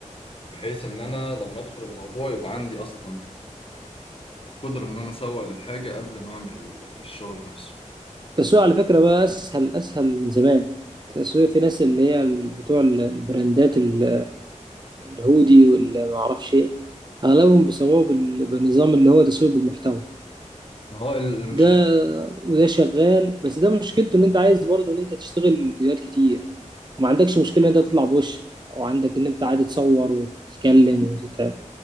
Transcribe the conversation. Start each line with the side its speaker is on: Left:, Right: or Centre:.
Left: بحيث ان انا لما ادخل الموضوع يبقى عندي اصلا قدره ان انا اسوق للحاجه قبل ما اعمل الشغل نفسه
Right: التسويق على فكرة بقى أسهل أسهل من زمان التسويق في ناس اللي هي ال- بتوع ال- البراندات ال- الهودي واللي ما أعرفش إيه أغلبهم بيسووه بال- بالنظام اللي هو تسويق بالمحتوى
Left: ما هو المشكله
Right: ده وده شغال بس ده مشكلته إن أنت عايز برضه إن أنت تشتغل فيديوهات كتير وما عندكش مشكلة إن أنت تطلع بوشك وعندك إن أنت عادي تصور وتتكلم وتتعب